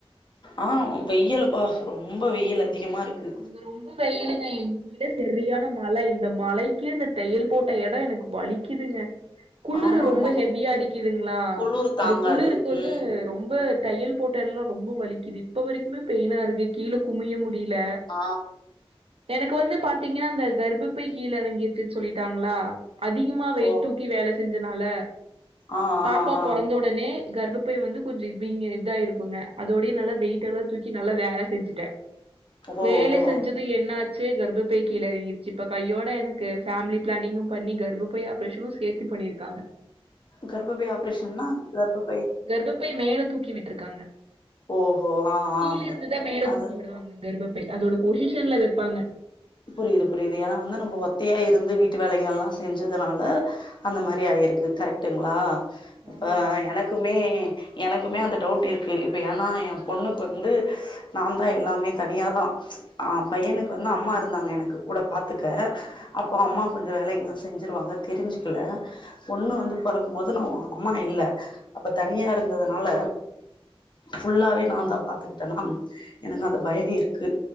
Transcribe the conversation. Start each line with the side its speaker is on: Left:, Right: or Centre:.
Left: ஆ வெய்லுப்பா ரொம்ப வெயில் அதிகமா இருக்கு
Right: அங்க ரொம்ப வெயிலுங்க எங்கிட்ட செரியான மழை இந்த மழைக்கே இந்த தெய்யல் போட்ட எடோ எனக்கு வலிக்குதுங்க
Left: <inaudible>
Right: குளுரு ரொம்ப
Left: ஆமா
Right: ஹெவியா அடிக்குதுங்ளா
Left: குளுரு தாங்காது
Right: இந்த குளுருக்கு வந்து
Left: ம்
Right: ரொம்ப தெய்யல் போட்ட எல்லா ரொம்ப வலிக்குது இப்ப வரைக்குமே பெயினா இருக்கு கீழ குமிய முடில
Left: ஆ
Right: எனக்கு வந்து பாத்தீங்கன்னா அந்த கர்ப்பப்பை கீழ இறங்கிட்டுன்னு சொல்லிட்டாங்ளா அதிகமா வெயிட்
Left: ஓ
Right: தூக்கி வேல செஞ்சனால
Left: ஆ
Right: பாப்பா
Left: ஆ ஆ
Right: பொறந்த ஒடனே கர்ப்பபை வந்து கொஞ்சோ வீங்கி இதாயிருக்குங்க அதோடயே நல்லா வெயிட்டெல்லா தூக்கி நல்லா வேல செஞ்சுட்ட
Left: ஓ
Right: வேல
Left: ஓ
Right: செஞ்சு து என்னாச்சு கர்ப்பபை கீழ எறங்கிருச்சு இப்ப கையோட எனக்கு ஃபேமிலி பிளானிங்கு பண்ணி கர்ப்பபை அப்ரேஷனு சேத்து பண்ணிருக்காங்க
Left: கர்ப்பபை ஆப்ரேஷ்ன்னா கர்ப்பபை
Right: கர்ப்பபை மேல தூக்கி விட்டுருக்காங்க
Left: ஓஹோ ஆ ஆ
Right: கீழ இருந்துதா மேல
Left: அது
Right: தூக்கி விடுவாங்க கர்ப்பபை அதோட பொசிஷன்ல வெப்பாங்க
Left: புரிது புரிது ஏனா வந்து நம்ம ஒத்தையா இருந்து வீட்டு வேலைங்கெல்லா செஞ்சதுனால அந்த மாரி ஆயிருக்கு கரெக்ட்டுங்ளா இப்ப
Right: ஆமாங்க.
Left: எனக்குமே எனக்குமே அந்த டவுட் இருக்கு இப்ப ஏனா என் பொண்ணுக்கு வந்து நான்தா எல்லாமே தனியாதா ஆ பையனுக்கு வந்து அம்மா இருந்தாங்க எனக்கு கூட பார்த்துக்க அப்போ அம்மா
Right: ம்.
Left: கொஞ்சோ வேலைங்கெல்லா செஞ்சுருவாங்க தெரிஞ்சுக்கல பொண்ணு வந்து பொறக் க்கும்போது மொத நா ஒ அம்மா இல்ல அப்ப தனியா இருந்ததுனால ஃபுல்லாவே நான்தா பாத்துகிட்டனா எனக்கு அந்த பயோ இருக்கு